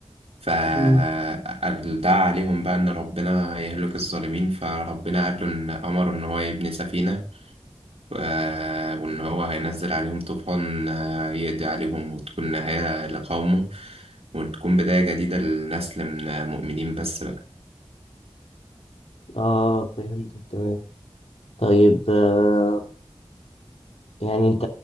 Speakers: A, on the right; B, on the left.
A: فدعا
B: مم.
A: عليهم بقى إن ربنا يهلك الظالمين فربنا قال له إن أمره إن هو يبني سفينة و- وإن هو هينزل عليهم طوفان آه، يقضي عليهم وتكون نهاية لقومه وتكون بداية جديدة لنسل من مؤمنين بس بقى
B: آه فهمتك تمام طيب آه يعني أنت